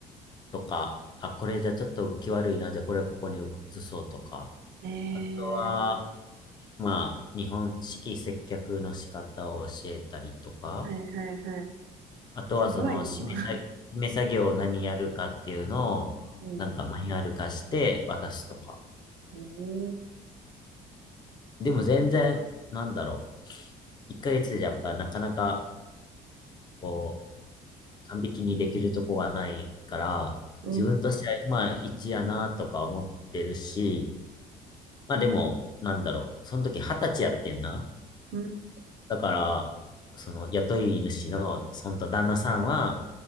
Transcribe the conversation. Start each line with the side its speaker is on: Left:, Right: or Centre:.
Left: とか、あ、これじゃちょっと動き悪いな、じゃあこれをここに移そうとか、
Right: ん。え
Left: あとは、まあ、日本式接客の仕方を教えたりとか、
Right: ー、はいはいはい。
Left: あとはその、
Right: すごいな。
Left: 締めさ、締め作業を何やるかっていうのを、
Right: <laughs> うん、
Left: なんかマニュアル化して渡すとか。
Right: うん、
Left: でも全然、なんだろう。1ヶ月じゃやっぱなかなか、こう、完璧にできるとこがないから、
Right: うん、
Left: 自分としては今一やなとか思ってるし、まあでも、なんだろう。その時二十歳やってんな。
Right: うん。
Left: だから、その雇い主の、その旦那さんは、